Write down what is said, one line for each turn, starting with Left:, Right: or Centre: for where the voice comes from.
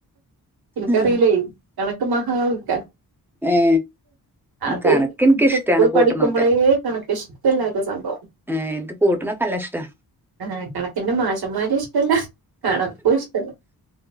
Right: എനിക്കറിയില്ലേ
Centre: ആഹ്
Right: കണക്ക് മഹാ വിക്ക
Centre: ഏ
Right: അത്
Centre: കണക്ക് എനിക്കിഷ്ടാണ്
Right: സ്കൂള്
Centre: കൂട്ടണൊക്കെ
Right: പഠിക്കുമ്പോളേ കണനക്ക് ഷ്ടല്ലാത്ത സംഭവാ
Centre: ഏഹ് ഇൻക് കൂട്ട്ണൊക്കെ അല്ല ഇഷ്ടാ
Right: ഏഹ് കണക്കിന്റെ മാഷന്മാരും ഇഷ്ടല്ല കണക്കും ഇഷ്ടല്ല